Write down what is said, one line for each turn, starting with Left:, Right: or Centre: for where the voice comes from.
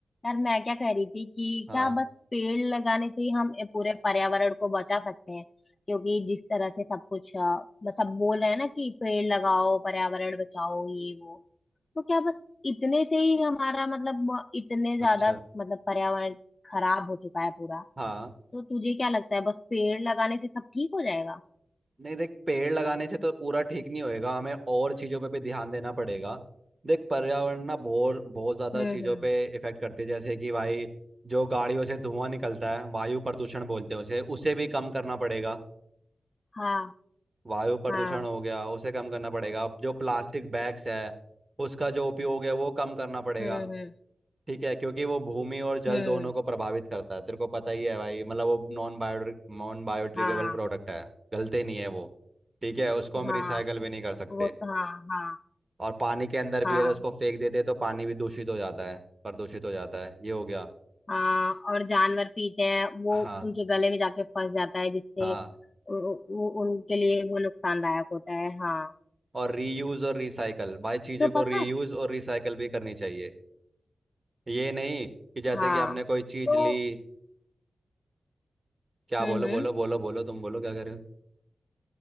Left: यार मैं क्या कह रही थी कि
Right: हाँ
Left: क्या बस पेड़ लगाने से ही हम ए- पूरे पर्यावरण को बचा सकते हैं क्योंकि जिस तरह से सब कुछ अ, बस सब बोल रहे हैं ना कि पेड़ लगाओ पर्यावरण बचाओ ये वो तो क्या बस इतने से ही हमारा मतलब अ, इतने ज्यादा
Right: अच्छा
Left: मतलब पर्यावरण खराब हो चुका है पूरा
Right: हाँ
Left: तो तुझे क्या लगता है बस पेड़ लगाने से सब ठीक हो जाएगा
Right: नहीं देख पेड़ लगाने से तो पूरा ठीक नहीं होएगा हमें और चीज़ों पे भी ध्यान देना पड़ेगा देख पर्यावरण ना बहुत बहुत ज़्यादा
Left: हम्म
Right: चीज़ों
Left: हम्म
Right: पे इफेक्ट करती है जैसे कि भाई जो गाड़ियों से धुआं निकलता है वायु प्रदूषण बोलते हैं उसे उसे भी कम करना पड़ेगा
Left: हाँ
Right: वायु प्रदूषण
Left: हाँ
Right: हो गया उसे कम करना पड़ेगा जो प्लास्टिक बैग्स है उसका जो उपयोग है वो कम करना पड़ेगा
Left: हम्म हम्म
Right: ठीक है क्योंकि वो भूमि और जल
Left: हम्म
Right: दोनों को प्रभावित करता है तेरे को पता ही है भाई मतलब वो नॉन बायो नॉन बायोडिग्रेडेबल
Left: हाँ
Right: प्रोडक्ट है गलते नहीं है वो ठीक है उसको हम
Left: हाँ
Right: रिसाइकल भी नहीं कर सकते
Left: वो स- हाँ हाँ
Right: और पानी के अंदर भी
Left: हाँ
Right: अगर उसको फेंक देते तो पानी भी दूषित हो जाता है प्रदूषित हो जाता है ये हो गया
Left: हाँ और जानवर पीते हैं वो
Right: हाँ
Left: उनके गले में जाके फंस जाता है जिससे
Right: हाँ
Left: वो, वो उनके लिए वो नुकसानदायक होता है हाँ
Right: और रीयूज और रिसाइकल भाई चीज़ों
Left: तो
Right: को
Left: पता
Right: रीयूज
Left: है
Right: और रिसाइकल भी करनी चाहिए ये नहीं कि जैसे
Left: हाँ
Right: कि हमने कोई चीज़
Left: तो
Right: ली क्या
Left: हम्म
Right: बोलो
Left: हम्म
Right: बोलो बोलो बोलो तुम बोलो क्या कर रहे हो